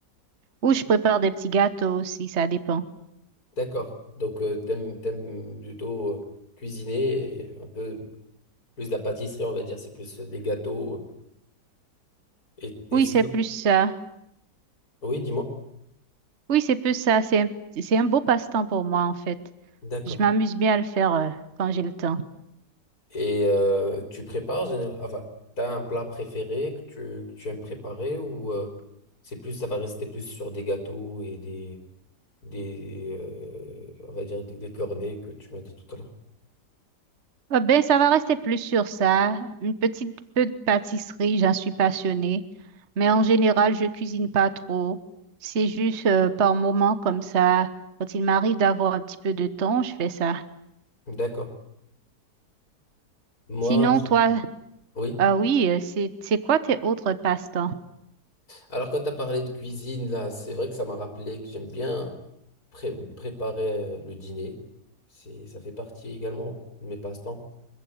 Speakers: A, on the right; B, on the left.
A: Ou je prépare des petits gâteaux aussi, ça dépend.
B: D'accord. Donc, euh, t'aimes, t'aimes plutôt euh, cuisiner et un peu plus de la pâtisserie, on va dire. C'est plus euh, des gâteaux. euh, Et, et
A: Oui,
B: sinon...
A: c'est plus ça.
B: Oui, dis-moi.
A: Oui, c'est plus ça. C'est un, c'est un beau passe-temps pour moi, en fait.
B: D'accord.
A: Je m'amuse bien à le faire euh, quand j'ai le temps.
B: Et euh, tu prépares généralement... Enfin, t'as un plat préféré que tu, que tu aimes préparer ou euh, c'est plus, ça va rester plus sur des gâteaux et des, des euh, on va dire, des, des cornets que tu m'as dit tout à l'heure.
A: Ah ben, ça va rester plus sur ça. Une petite peu de pâtisserie, j'en suis passionnée. Mais en général, je cuisine pas trop. C'est juste euh, par moments comme ça. Quand il m'arrive d'avoir un petit peu de temps, je fais ça.
B: D'accord. Moi,
A: Sinon,
B: je-
A: toi,
B: oui.
A: ah oui, euh, c'est c'est quoi tes autres passe-temps?
B: Alors quand tu as parlé de cuisine, là, c'est vrai que ça m'a rappelé que j'aime bien pré- préparer euh, le dîner. C'est, ça fait partie également de mes passe-temps.